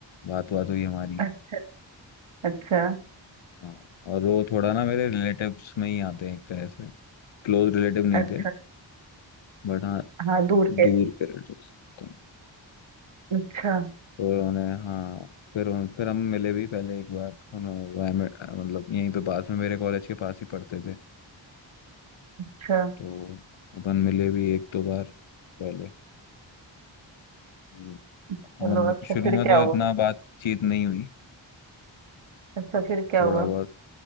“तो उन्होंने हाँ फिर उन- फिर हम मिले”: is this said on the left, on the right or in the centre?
Left